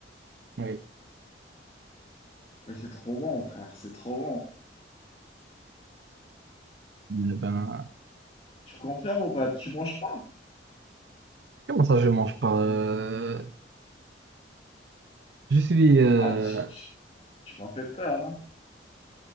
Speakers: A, on the right; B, on the left.
A: oui.
B: Mais c'est trop bon, frère, c'est trop bon.
A: Mais ben,
B: Tu confirmes ou pas? Tu manges pas?
A: comment ça, je mange pas? euh, je suis. euh,
B: Ah, tu, tu- tu m'as fait peur, hein.